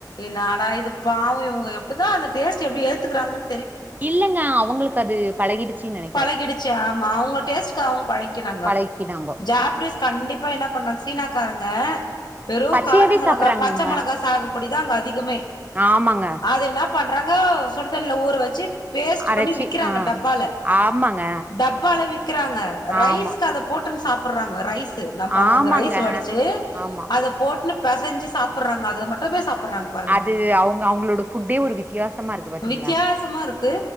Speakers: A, on the left (about 70°); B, on the right (about 25°).
A: இன்னாடா இது பாவ இவுங்க எப் க்குதா அந்த டேஸ்ட்டு எப்டி ஏத்துக்கிறாங்கன்
B: இல்லங்க அவுங்களுக்கு அது பழகிடுச்சின் நென
A: பழகிடுச்சு ஆமா அவுங்க டேஸ்ட் அவுங்க பழக்கினாங்க
B: பழக்கினாங்கோ
A: ஜாப்னீஸ் கண்டிப் பா என்ன பண்றாங்க சீனாக்காரங்க வெரு
B: பச்சையாவே
A: காஞ்ச மொளகா
B: சாப்பறாங்கங்க
A: பச்ச மொளகா சாகுபடி தா அங்க அதிகமே
B: ஆமாங்க
A: அதேனா பண்றாங்க சுடு தண்ணில ஊறு வச்சு பேஸ்ட்
B: அரச்சி
A: பண்ணி விக்கிறாங்க
B: அ
A: டப்பால
B: ஆமாங்க
A: டப்பால விக்கிறாங்க ரைஸ்க்கு
B: ஆமா
A: அத போட்டுனு சாப்புட்றாங்க ரைஸ் து நம்ம அவுங்க
B: ஆமாங்க
A: ரைஸ் வடிச்சு
B: ஆமா
A: அத போட்டுனு பெசைஞ்சு சாப்பிடுறாங்க அத மட்டுமே சாப்பிடுறாங்க பாருங்க
B: அது அவங்க அவங்களோட ஃபுட்டே ஒரு வித்தியாசமா இருக்கு பாத்தீங்களா
A: வித்தியாசமா இருக்கு